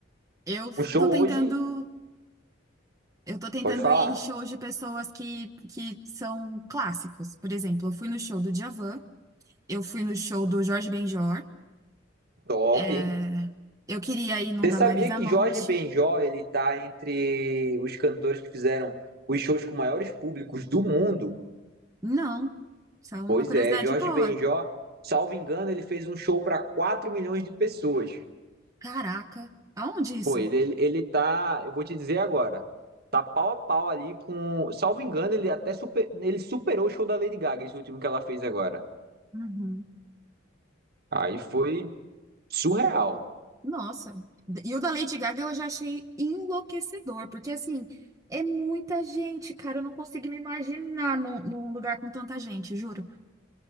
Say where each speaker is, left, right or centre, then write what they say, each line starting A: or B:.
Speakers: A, on the right (about 20°); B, on the right (about 55°).
A: Eu
B: O show
A: tô tentando,
B: hoje,
A: eu tô tentando
B: pode falar,
A: ir em shows de pessoas que, que são clássicos. Por exemplo, eu fui no show do Djavan, eu fui no show do Jorge Benjor,
B: top,
A: é,
B: hein?
A: eu queria ir num
B: Você
A: da
B: sabia
A: Marisa
B: que
A: Monte.
B: Jorge Benjó, ele tá entre os cantores que fizeram os shows com maiores públicos do mundo?
A: Não, só uma
B: Pois
A: curiosidade
B: é, Jorge
A: boa.
B: Benjó, salvo engano, ele fez um show para 4 milhões de pessoas.
A: Caraca, aonde isso?
B: Pô, ele, ele, ele tá, eu vou te dizer agora, tá pau a pau ali com, salvo engano, ele até super, ele superou o show da Lady Gaga, esse último que ela fez agora.
A: Uhum.
B: Aí foi surreal.
A: Nossa, e o da Lady Gaga eu já achei enlouquecedor, porque assim, é muita gente, cara, eu não consigo me imaginar num, num lugar com tanta gente, juro.